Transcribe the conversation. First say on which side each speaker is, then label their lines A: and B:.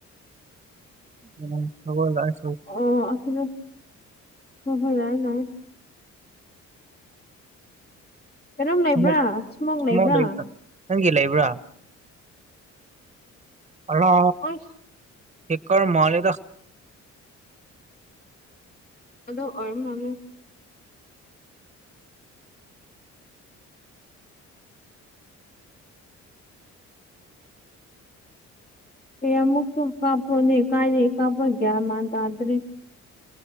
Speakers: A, on the right (about 25°); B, on the left (about 30°).
A: ꯎꯝ <unintelligible>
B: ꯑꯣ ꯑꯩꯈꯣꯏ ꯍꯣꯏ ꯍꯣꯏ ꯌꯥꯏꯌꯦ ꯌꯥꯏꯌꯦ ꯫ ꯀꯔꯝ
A: ꯏꯁꯃꯣꯛ
B: ꯂꯩꯕ꯭ꯔꯥ ꯁꯨꯃꯥꯡ
A: ꯏꯁꯃꯣꯛ
B: ꯂꯩꯕ꯭ꯔꯥ꯫
A: ꯅꯪꯒꯤ ꯂꯩꯕ꯭ꯔꯥ ꯍꯔ
B: ꯑꯁ
A: ꯀꯦꯀꯔ ꯃꯥꯂꯦꯗ꯫
B: ꯑꯗꯣ ꯑꯣꯏꯔꯃꯥꯜꯂꯦ꯫ ꯑꯩ ꯑꯃꯃꯨꯛꯄꯨ ꯀꯥꯄꯣꯅꯦ ꯀꯥꯔꯤ ꯀꯥꯄꯣ꯭ꯔ ꯒꯟꯃꯥꯟ ꯇꯗꯔꯦ꯫